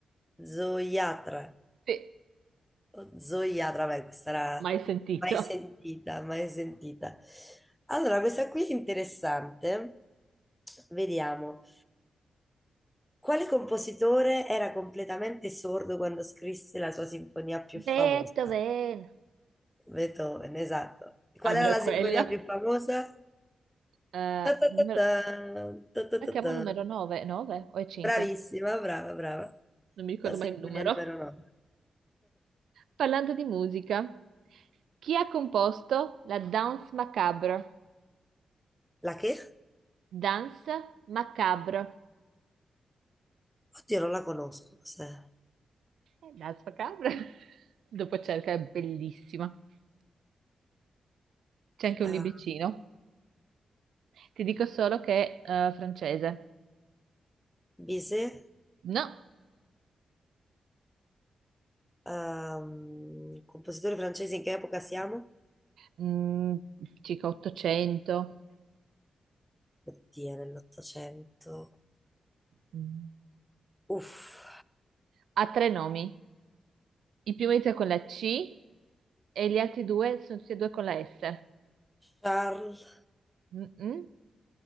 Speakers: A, in the centre; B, on the right.
A: Zoiatra.
B: Sì,
A: Oh, Zoiatra, beh, questa era
B: mai sentito.
A: mai sentita, mai sentita. Allora, questa qui è interessante. Vediamo. Quale compositore era completamente sordo quando scrisse la sua sinfonia più
B: Beethoven.
A: famosa? Beethoven, esatto. Qual
B: Almeno
A: era la
B: quello.
A: sinfonia più famosa?
B: Eh,
A: Ta ta
B: numero...
A: ta ta, ta ta
B: La
A: ta
B: chiamo
A: ta.
B: numero 9, 9 o è 5?
A: Bravissima, brava, brava.
B: non mi ricordo
A: La
B: mai
A: sinfonia
B: il numero.
A: numero 9.
B: Parlando di musica, chi ha composto la Danse macabre?
A: La che?
B: Danse macabre.
A: Oddio, non la conosco. Cos'è?
B: Eh, Danse macabre? <laughs> Dopo cerca, è bellissima. C'è anche un
A: Ah,
B: libricino. Ti dico solo che è eh, francese.
A: Bizet?
B: No,
A: Ehm, compositore francese, in che epoca siamo?
B: Mm, circa 800.
A: Oddio, nell'Ottocento.
B: Mm.
A: Uff,
B: Ha tre nomi. Il primo inizia con la C e gli altri due sono tutti e due con la S.
A: Charles,
B: Mm-mm.